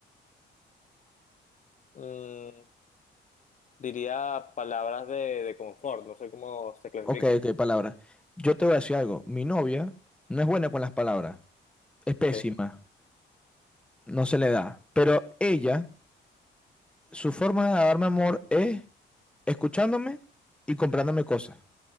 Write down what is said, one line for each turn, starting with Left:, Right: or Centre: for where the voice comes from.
Left: Mm, diría palabras de, de confort, no sé cómo se clasifican.
Centre: Ok, ok, palabra. Yo te voy a decir algo. Mi novia no es buena con las palabras. Es pésima.
Left: Ok,
Centre: no se le da. Pero ella, su forma de darme amor es escuchándome y comprándome cosas.